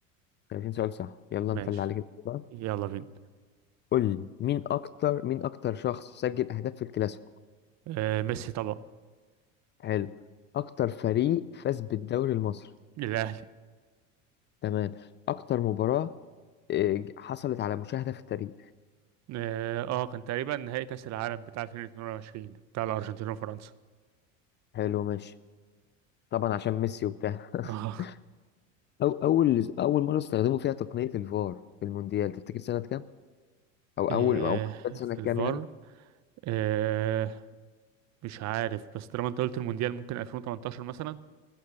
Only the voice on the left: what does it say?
تلاتين سؤال صح يلا
أنت اللي عليك الدور بقى
قول لي مين أكتر مين أكتر شخص سجل أهداف في الكلاسيكو
حلو أكتر فريق فاز بالدوري المصري
تمام أكتر مباراة آه، ج- حصلت على مشاهدة في التاريخ
حلو ماشي طبعا عشان ميسي وبتاع <laughs>
أو أول أول مرة استخدموا فيها تقنية الفار في المونديال تفتكر سنة كام؟ او
اول او كان سنه
كام
يعني